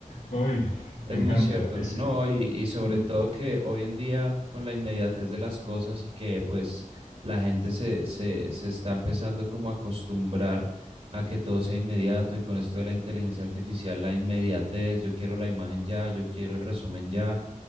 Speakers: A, on the left; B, on the right.
A: ay,
B: Es
A: me encanta.
B: muy cierto,
A: Es.
B: no,
A: es-
B: y, y sobre
A: mm,
B: todo que hoy en día con la inmediatez de las cosas y que pues la gente se, se, se está empezando como a acostumbrar a que todo sea inmediato y con esto de la inteligencia artificial, la inmediatez, yo quiero la imagen ya, yo quiero el resumen ya,